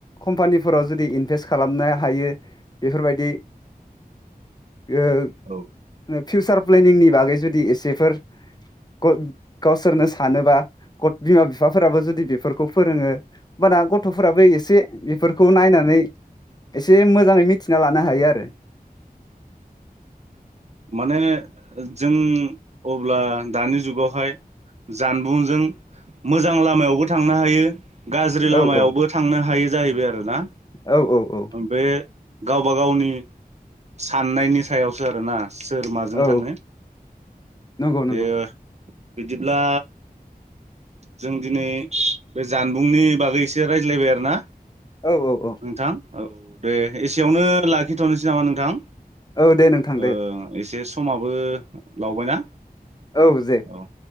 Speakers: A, on the left (about 25°); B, on the right (about 45°).
A: कम्पानिफोराव जुदि इनभेस्ट खालामनो हायो बेफोरबायदि <inaudible>
B: औ
A: फिउसार प्लेनिंनि बागै जुदि एसेफोर <unintelligible> गावसोरनो सानोबा गथ बिमा बिफाफोराबो जुदि बेफोरखौ फोरोङो होमबाना गथ'फोराबो एसे बेफोरखौ नायनानै एसे मोजाङै मिथिना लानो हायो आरो।
B: माने जों अब्ला दानि जुगावहाय जानबुंजों मोजां लामायावबो थांनो हायो गाज्रि लामायावबो
A: औ औ
B: थांनो हायो जाहैबाय आरोना?
A: औ औ औ।
B: बे गावबा गावनि साननायनि सायावसो आरोना। सोर माजों
A: औ
B: थाङो।
A: नंगौ
B: बेयो
A: नंगौ
B: बिदिब्ला जों दिनै बे जानबुंनि बागै एसे रायज्लायबाय आरोना?
A: औ औ औ।
B: नोंथां औ दे एसेयावनो लाखिथ'नोसै नामा नोंथां?
A: औ दे नोंथां
B: ओ
A: दे।
B: एसे समाबो लावबायना।
A: औ जे
B: औ